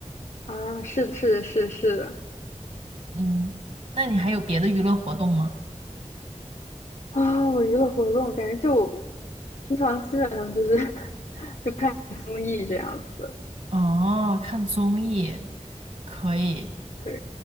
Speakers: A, on the left; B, on the right.
A: 啊，是的是的是的是的，
B: 嗯，那你还有别的娱乐活动吗？
A: 啊、我娱乐活动感觉就平常基本上就是 <laughs> 就看综艺这样子，
B: 哦，看综艺可以。
A: 对。